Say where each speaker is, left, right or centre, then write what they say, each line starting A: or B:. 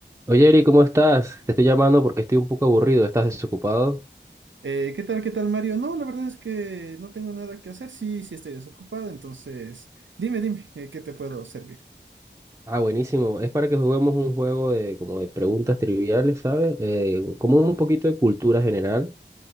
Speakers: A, on the right; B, on the right.
A: Oye, Eri, ¿cómo estás? Te estoy llamando porque estoy un poco aburrido. ¿Estás desocupado?
B: Eh, ¿qué tal, qué tal, Mario? No, la verdad es que no tengo nada que hacer. Sí, sí estoy desocupado, entonces dime, dime, eh, ¿qué te puedo servir?
A: Ah, buenísimo. Es para que juguemos un juego de como de preguntas triviales, ¿sabes? Eh, como un poquito de cultura general.